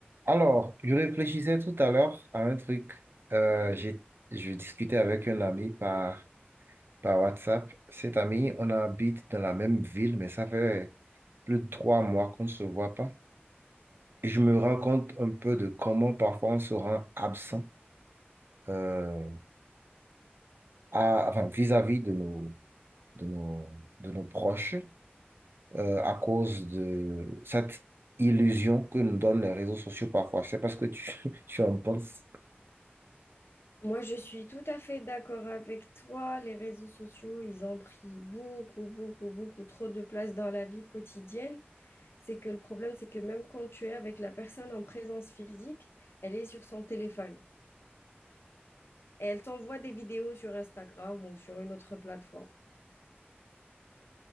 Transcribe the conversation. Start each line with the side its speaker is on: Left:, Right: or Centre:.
Right: Alors, je réfléchissais tout à l'heure à un truc. Euh, j'ai, je discutais avec un ami par, par WhatsApp. Cet ami, on habite dans la même ville, mais ça fait plus de trois mois qu'on ne se voit pas. Et je me rends compte un peu de comment parfois on se rend absent euh, à, enfin, vis-à-vis de nos, de nos, de nos proches euh, à cause de cette illusion que nous donnent les réseaux sociaux parfois. C'est parce que tu, <laughs> tu en penses.
Left: Moi, je suis tout à fait d'accord avec toi. Les réseaux sociaux, ils ont pris beaucoup, beaucoup, beaucoup trop de place dans la vie quotidienne. C'est que le problème, c'est que même quand tu es avec la personne en présence physique, elle est sur son téléphone et elle t'envoie des vidéos sur Instagram ou sur une autre plateforme.